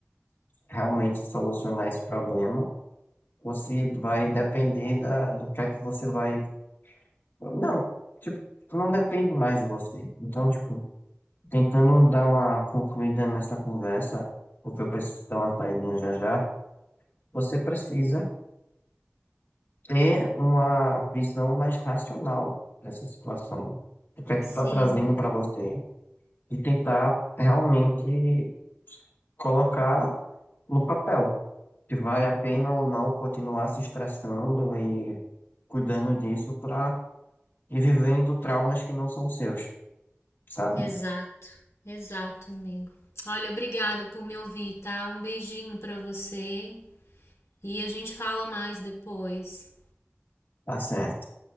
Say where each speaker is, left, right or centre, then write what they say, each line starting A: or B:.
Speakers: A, on the left (about 45°); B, on the left (about 85°).
A: realmente solucionar esse problema, você vai depender da, do que é que você vai Não, tipo, não depende mais de você. Então, tipo, tentando dar uma concluída nessa conversa, porque eu preciso dar uma saída já já, você precisa ter uma visão mais racional dessa situação. O que é que
B: Sim,
A: está trazendo para você? E tentar realmente colocar no papel se vale a pena ou não continuar se estressando e cuidando disso para revivendo traumas que não são seus, sabe?
B: exato, exato, amigo. Olha, obrigado por me ouvir, tá? Um beijinho pra você e a gente fala mais depois.
A: Tá certo.